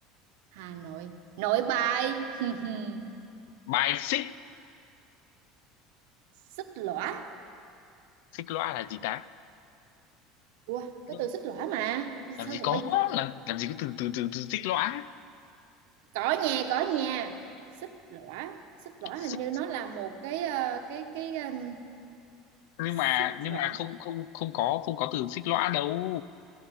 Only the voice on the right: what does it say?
Hà Nội Nội bài <laughs>
xích lõa
Ủa có
từ xích lõa mà
sao
còn
bây
có nhà có nhà xích lõa xích lõa
hình như nó là một cái ờ, cái cái um,
xích
lõa